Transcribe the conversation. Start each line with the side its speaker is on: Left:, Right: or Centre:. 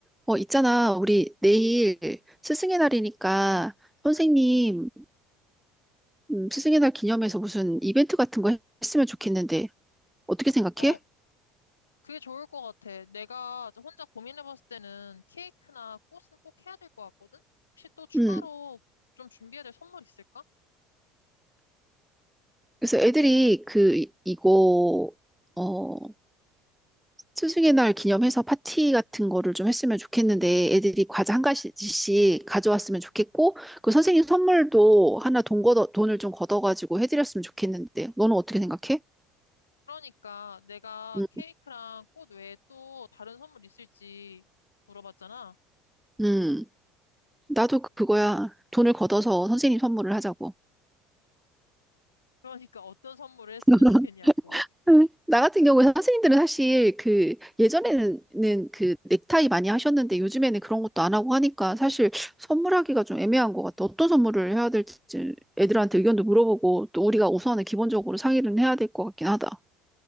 Centre: 어, 있잖아. 우리 내일 스승의 날이니까 선생님 음, 스승의 날 기념해서 무슨 이벤트 같은 거 했으면 좋겠는데 어떻게 생각해?
Left: 어, 그게 좋을 것 같아. 내가 저 혼자 고민해봤을 때는 케이크나 꽃은 꼭 해야 될 것 같거든? 혹시 또 추가로
Centre: 음,
Left: 좀 준비해야 될 선물 있을까?
Centre: 그래서 애들이 그 이- 이거 어, 스승의 날 기념해서 파티 같은 거를 좀 했으면 좋겠는데 애들이 과자 한 가지씩 가져왔으면 좋겠고 그 선생님 선물도 하나 돈 걷어, 돈을 좀 걷어가지고 해드렸으면 좋겠는데 너는 어떻게 생각해?
Left: 그러니까 내가
Centre: 음,
Left: 케이크랑 꽃 외에 또 다른 선물 있을지 물어봤잖아.
Centre: 음, 나도 그거야. 돈을 걷어서 선생님 선물을 하자고.
Left: 그러니까 어떤 선물을 했으면
Centre: <laughs>
Left: 좋겠냐고.
Centre: 나 같은 경우에 선생님들은 사실 그 예전에는 그 넥타이 많이 하셨는데 요즘에는 그런 것도 안 하고 하니까 사실 선물하기가 좀 애매한 것 같아. 어떤 선물을 해야 될지 애들한테 의견도 물어보고 또 우리가 우선은 기본적으로 상의는 해야 될 것 같긴 하다.